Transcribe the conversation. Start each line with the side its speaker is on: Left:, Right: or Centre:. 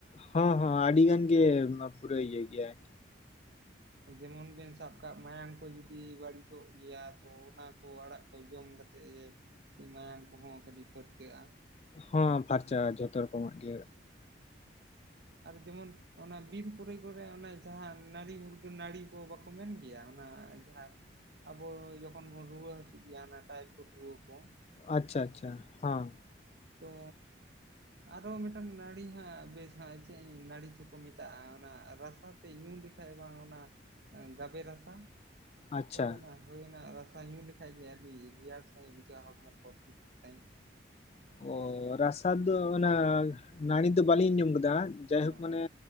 Left: ᱦᱚᱸ
Right: ᱦᱮᱸ
Left: ᱦᱚ ᱟᱹᱰᱤ ᱜᱟᱱ ᱜᱮ ᱯᱩᱨᱟᱹᱭ ᱤᱭᱟᱹ ᱜᱮᱭᱟᱭᱻ
Right: ᱡᱮᱢᱚᱱ ᱵᱮᱱ ᱥᱟᱵ ᱠᱟᱜ ᱢᱟᱭᱟᱝ ᱠᱚ ᱡᱩᱫᱤ ᱵᱟᱹᱲᱤᱡᱚᱜ ᱜᱮᱭᱟ ᱛᱚ ᱚᱱᱟ᱾ ᱠᱚ ᱟᱲᱟᱜ ᱠᱚ ᱡᱚᱢ ᱠᱟᱛᱮᱫ ᱜᱮ ᱢᱟᱭᱟᱢ ᱠᱚᱦᱚᱸ ᱠᱟᱹᱴᱤᱡ ᱯᱷᱟᱹᱨᱪᱟᱹᱜᱼᱟ᱾
Left: ᱦᱚ ᱯᱷᱟᱨᱪᱟ ᱟ ᱡᱷᱚᱛᱚ ᱨᱚᱠᱚᱢᱟᱜ ᱜᱮᱼᱼ
Right: ᱟᱨ ᱡᱮᱢᱚᱱ ᱚᱱᱟ ᱵᱤᱨ ᱯᱚᱨᱮ ᱠᱚᱨᱮ ᱚᱱᱮ ᱡᱟᱦᱟᱸ ᱱᱟᱹᱲᱤ ᱢᱩᱨᱜᱟᱹᱱ ᱱᱟᱹᱲᱤ ᱠᱚ ᱵᱟᱠᱚ ᱢᱮᱱ ᱜᱮᱭᱟ ᱚᱱᱟᱼᱼ ᱡᱟᱦᱟᱸ ᱟᱵᱚ ᱡᱚᱠᱷᱚᱱ ᱵᱚᱱ ᱨᱩᱣᱟᱹ ᱦᱟᱹᱥᱩᱜ ᱜᱮᱭᱟ ᱦᱟᱱᱮ ᱴᱟᱭᱯᱷᱚᱰ ᱨᱩᱣᱟᱹ ᱠᱚᱼᱼ
Left: ᱟᱪᱪᱷᱟ ᱟᱪᱪᱷᱟ ᱦᱚᱸ
Right: ᱛᱚ ᱟᱨᱚ ᱦᱚᱸ ᱢᱤᱫᱴᱟᱝ ᱱᱟᱹᱲᱤ ᱦᱟᱸᱜ ᱵᱮᱥ ᱦᱟᱸᱜᱼᱼ ᱪᱮᱫ ᱱᱟᱹᱲᱤ ᱪᱚᱠᱚ ᱢᱮᱛᱟᱜᱼᱟ ᱚᱱᱟ ᱨᱟᱥᱟ ᱛᱮᱡ ᱧᱩ ᱞᱮᱠᱷᱟᱡ ᱵᱟᱝ ᱚᱱᱟᱼᱼ ᱜᱟᱵᱮ ᱨᱟᱥᱟ
Left: ᱟᱪᱪᱷᱟ
Right: ᱦᱳᱭ ᱚᱱᱟ᱾ ᱦᱩᱭ ᱚᱱᱟ ᱨᱟᱥᱟ ᱧᱩ ᱞᱮᱠᱷᱟᱡ ᱜᱮ ᱟᱹᱰᱤ ᱨᱮᱭᱟᱲ ᱥᱟᱺᱦᱤᱡ ᱵᱩᱡᱷᱟᱹᱜᱼᱟ ᱦᱚᱲᱢᱚ ᱠᱚ ᱴᱷᱤᱠ ᱥᱟᱺᱦᱤᱡ᱾
Left: ᱚ ᱨᱟᱥᱟ ᱫᱚ ᱚᱱᱟ ᱱᱟᱲᱤ ᱫᱚ ᱵᱟᱹᱞᱤᱧ ᱟᱡᱚᱢ ᱠᱟᱫᱟ᱾ ᱡᱟᱭᱦᱳᱠ
Right: ᱦᱮᱸ
Left: ᱢᱟᱱᱮ